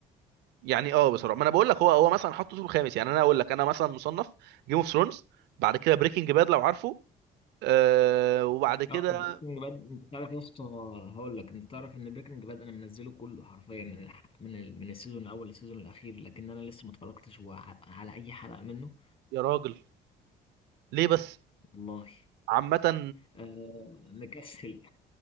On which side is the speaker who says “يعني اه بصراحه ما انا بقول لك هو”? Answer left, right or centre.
Right